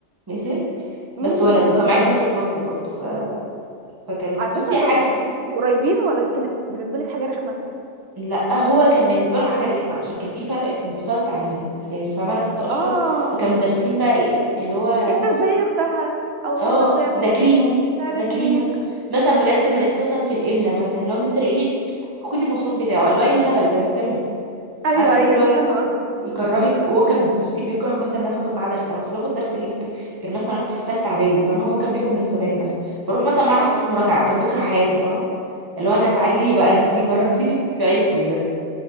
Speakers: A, on the right; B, on the right.
A: ماشي
B: مم.
A: بس ولد وكان معايا في نفس الفصل برضه ف... فكانت
B: على فكرة
A: بصي يا حاجه
B: طب انتوا كنتوا قريبين ولا دي كانت بالنسبة لك حاجة رخمة
A: لا هو كان بالنسبه له حاجه رخمه عشان كان في فرق في المستوى التعليمي يعني فاهمه انا كنت اشطر
B: اه
A: فكان مدرسين بقى ايه اللي هو
B: انت ازاي اختها او
A: اه
B: هو ازاي اخوكي
A: ذاكري له
B: مش عارف
A: ذاكري
B: مين
A: له مثلا بجد ناقص مثلا في الاملا مثلا اللي هو مستر يقول لي خدي المصروف بتاعه اللي هو ايه الهبل ده انت بتعمل ايه
B: ايوه
A: عارفه انت
B: ايوه
A: اللي
B: انا
A: هو يك-
B: فاهمة قصدي
A: يكرهك هو كان بصي بيكره مثلا ان انا اخد معاه درس انا كنت باخد درس غير غير مثلا انا في ثالثه اعدادي فاهمه هو كان بياخد من زمان مثلا فاروح مثلا معاه حصه
B: اه
A: مراجعه كان بيكره حياته فاهمه اللي هو انا تعالي لي بقى انت كرهتيني في عيشي بجد